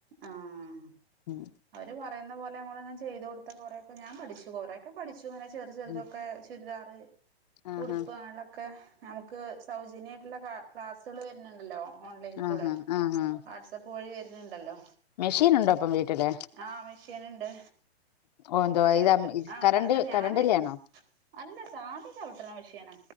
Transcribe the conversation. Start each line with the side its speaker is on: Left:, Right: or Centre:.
Right: ആഹ്
Left: ഉം
Right: അവര് പറയുന്ന പോലെ അങ്ങോട്ടങ്ങ് ചെയ്ത് കൊടുത്ത കൊറെക്കെ ഞാൻ പഠിച്ചു കൊറെക്കെ പഠിച്ചു അങ്ങനെ ചെറു ചെറുതൊക്കെ
Left: ഉം
Right: ചുരിദാറ്
Left: ആഹാ
Right: ഉടുപ്പ് അങ്ങനുള്ളൊക്കെ നമുക്ക് സൗജന്യയിട്ടുള്ള ക്ലാ ക്ലാസ്സുകള് വരുന്നുണ്ടല്ലോ ഓൺലൈന് കൂടെ
Left: ആഹാ ആഹാ
Right: വാട്സപ്പ് പോയി വരുന്നുണ്ടല്ലോ
Left: മെഷീൻ ഉണ്ടോ അപ്പം വീട്ടില്
Right: ആഹ് മെഷീനുണ്ട്
Left: ഓ എന്തുവാ
Right: ചെറുത്
Left: ഇത്
Right: ആഹ്
Left: കരണ്ട്
Right: അല്ല ഞാന്
Left: കരണ്ടിലാണോ
Right: അല്ല സാധ ചവിട്ടണ മെഷീനാ